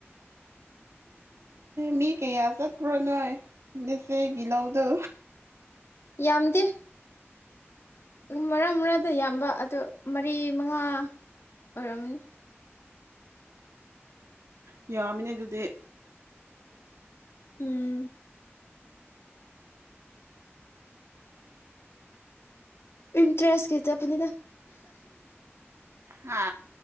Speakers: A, on the right; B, on the left.
A: ꯃꯤ ꯀꯌꯥ ꯆꯠꯄꯔꯣ ꯅꯣꯏ ꯅꯤꯆꯦꯒꯤ ꯂꯧꯗꯨ
B: ꯌꯥꯝꯗꯦ ꯃꯔ ꯃꯔꯛꯗ ꯌꯥꯝꯕ ꯑꯗꯨ ꯃꯔꯤ ꯃꯉꯥ ꯑꯣꯏꯔꯝꯅꯤ
A: ꯌꯥꯝꯃꯤꯅꯦ ꯑꯗꯨꯗꯤ
B: ꯎꯝ ꯏꯟꯇ꯭ꯔꯦꯁ ꯀꯤ ꯆꯠꯄ ꯅꯤꯗꯥ
A: ꯍꯥ